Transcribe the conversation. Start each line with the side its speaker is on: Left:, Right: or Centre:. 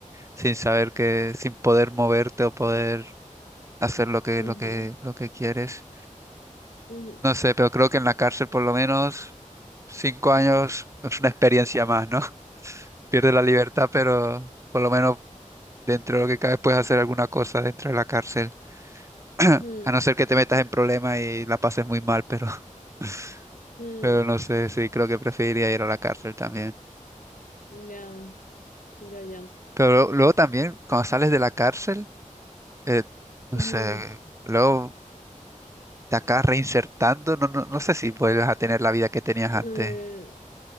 Right: sin saber que, sin poder moverte o poder hacer lo que,
Left: Ujú,
Right: lo que, lo que quieres.
Left: ujú,
Right: No sé, pero creo que en la cárcel por lo menos cinco años es una experiencia más, ¿no? <laughs> Pierdes la libertad, pero por lo menos dentro de lo que cabe puedes hacer alguna cosa dentro de la cárcel. <clears throat>
Left: mm,
Right: A no ser
Left: mm,
Right: que te metas en problemas y la pases muy mal, pero, <laughs>
Left: mm,
Right: pero no sé, sí, creo que preferiría ir a la cárcel también.
Left: Ya, ya, ya.
Right: Pero luego también, cuando sales de la cárcel, eh, no
Left: Mm,
Right: sé, luego te acabas reinsertando, no, no, no sé si vuelves a tener la vida que tenías
Left: a
Right: antes.
Left: ver,